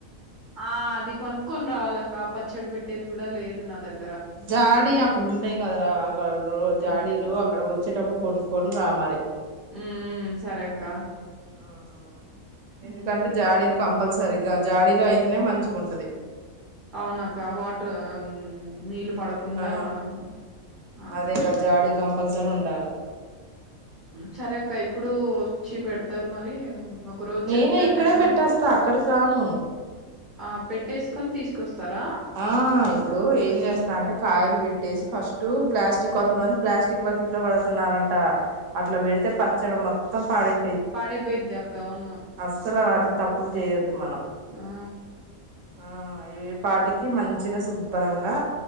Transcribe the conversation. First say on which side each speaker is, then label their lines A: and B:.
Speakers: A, on the right; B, on the right.
A: ఆ అది కొనుక్కొని రావాలక్క పచ్చడి పెట్టేది కూడా లేదు నా దగ్గర
B: జాడీ అక్కడ ఉంటాయి కదరా అక్కడ జాడీలు
A: ఉమ్
B: అక్కడ వచ్చేటప్పుడు కొడుకోడు రామరి
A: హ్మ్ సరే అక్క
B: హ్మ్ ఎందుకంటే
A: ఉమ్
B: జాడీలు కంపల్సర సరిగ్గా జాడీలో అయితేనే మంచిగా ఉంటది
A: అవునాక్క వాటర్ నీళ్లు పడకుండా
B: ఆ
A: మనం ఆపచ్చు
B: అదేగా జాడీ కంపల్సరీ ఉండాల
A: చర ఒక ఎప్పుడు వచ్చి పెడతారు మరి ఒక రోజు
B: నేనే
A: చెప్తాను
B: ఇక్కడే
A: నేను
B: పెట్టేస్తా అక్కడికి రాను
A: ఆ పెట్టేసుకొని తీసుకు ఎ వస్తారా
B: ఆ ఇప్పుడు ఏం చేస్తా అంటే కాయలు పెట్టేసి ఫస్ట్ ప్లాస్టిక్ కొంతమంది ప్లాస్టిక్ బకెట్ లో పెడుతున్నారంట అట్లా పెడితే పచ్చడం పాాలే
A: పాడేపోయితది అక్క అవును
B: అస్సలు అలాంటి తప్పులు చేయొద్దు మనం
A: ఆ
B: ఆ ఇవే పాటికి మంచిగా శుభ్రంగా